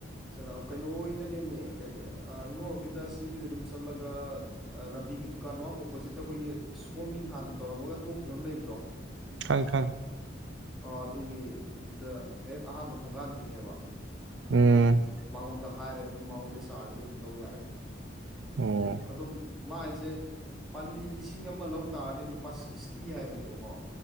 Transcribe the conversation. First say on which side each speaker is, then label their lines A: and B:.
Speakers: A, in the centre; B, on the right.
A: ꯁꯤꯗ ꯀꯩꯅꯣ ꯍꯣꯏꯗꯅꯦꯃꯤ ꯀꯔꯤ ꯀꯔꯤ ꯑꯥ ꯏꯉꯧꯔꯣꯛꯀꯤꯗ ꯁꯤꯒꯤꯗ ꯑꯗꯨꯝ ꯆꯠꯂꯒ ꯑꯥ ꯔꯕꯤꯒꯤ ꯗꯨꯀꯥꯟ ꯋꯥꯡ ꯑꯣꯄꯣꯖꯤꯠꯇ ꯑꯈꯣꯏꯒꯤ ꯁꯣ ꯃꯤꯟ ꯍꯥꯟꯅ ꯇꯧꯔꯝꯃꯒ ꯇꯣꯛꯈꯤꯕꯝ ꯂꯩꯕꯗꯣ
B: ꯈꯪꯉꯦ ꯈꯪꯉꯦ
A: ꯑꯣ ꯑꯗꯨꯒꯤ ꯗꯨꯗ ꯍꯦꯛ ꯑꯍꯥꯟꯕ ꯊꯣꯡꯒꯥꯟ ꯗꯨꯅꯦꯕ
B: ꯎꯝ
A: ꯃꯉꯣꯟꯗ ꯍꯥꯏꯔꯒ ꯑꯗꯨꯝ ꯃꯉꯣꯟꯗꯩ ꯆꯥꯔꯖꯤ ꯑꯗꯨꯝ ꯂꯧ ꯌꯥꯔꯦ
B: ꯑꯣ
A: ꯑꯗꯨꯝ ꯃꯥꯏ ꯍꯥꯌꯖꯦ ꯄꯥꯟꯕꯤ ꯂꯤꯁꯤꯡ ꯑꯃ ꯂꯧ ꯇꯥꯔꯗꯤ ꯂꯨꯄꯥ ꯁꯤꯛꯁ ꯇꯤ ꯍꯥꯏꯕꯅꯦꯕꯀꯣ